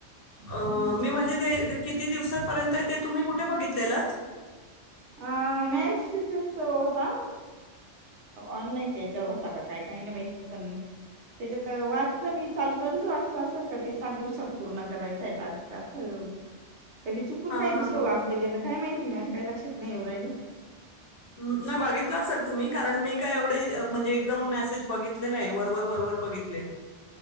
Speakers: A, on the left; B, on the right.
A: अ
B: करू म्हटलं
A: मी म्हणजे ते किती दिवसापर्यंत ते तुम्ही कुठे बघितलेलतं?
B: अ मेसेजस होता, ऑनलाईनच्या याच्यावर होता का काय काही ना बाई पण त्याच्यातं वाचलं मी चालू चालूच वाच क्लास कधी सात दिवसात पूर्ण करायचंय टास्क असं काय मी चुकून
A: हां,
B: काही दुसरं
A: हां, हां.
B: वाचलं गेलं काय माहित? तिला बी काय लक्षात नाही येऊ राहिलं?
A: नाही बघितले असलं तुम्ही, कारण मी काय एवढे म्हणजे एकदम मेसेज बघितले नाही? वरवर वरवर बघितले.